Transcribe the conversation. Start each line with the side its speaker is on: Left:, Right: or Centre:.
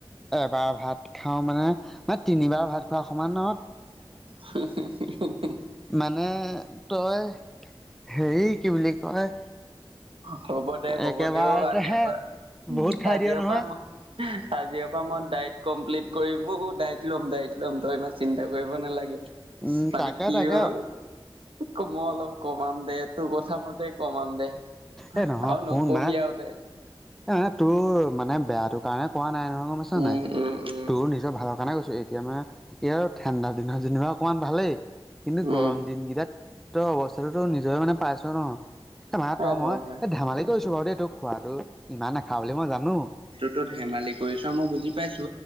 Centre: এবাৰ ভাত খাওঁ মানে ম তিনিবাৰ ভাত খোৱা সমান নহ
Right: হি হি হি
Centre: মানে তই হেৰি কি বুলি কয়
Right: হ'ব দে হ'ব
Centre: একেবাৰতেহে
Right: দে অ আজিও পৰা
Centre: বহুত খাই
Right: আজিৰে
Centre: দিয় নহয়
Right: পৰা মই আজিৰ পৰা মই ডাইট কমপ্লিট কৰি, ডাইট লম ডাইট ল'ম তই ইমান চিন্তা কৰিব নালাগে।
Centre: উম
Right: মানে
Centre: তাকে
Right: কি
Centre: তাকে
Right: হ'ল <unintelligible> মই অলপ কমাম দে তোৰ কথাামতে কমাম দে।
Centre: এ নহয়
Right: আৰু নকবি
Centre: শুন না
Right: আৰু দে
Centre: এ তোৰ মানে বেয়াটো কাৰণে কোৱা নাই নহয় গম পাইছ
Right: উম
Centre: নাই?
Right: উম উম
Centre: তোৰ নিজৰ ভালৰ কাৰণে কৈছো এতিয়া মানে এই ঠাণ্ডাৰ দিনৰ যেনিবা অকণমান ভালেই কিন্তু
Right: উম
Centre: গৰম দিন কেইটাত ত অৱস্থাটো নিজৰে মানে পাইছ ন। তই
Right: এ হয়
Centre: মই এই
Right: হয়
Centre: ধেমালি কৰিছো বাৰু দেই খোৱাটো ইমান নাখাৱ বুলি মই জানো।
Right: তো ধেমালি কৰিছ মই বুজি পাইছো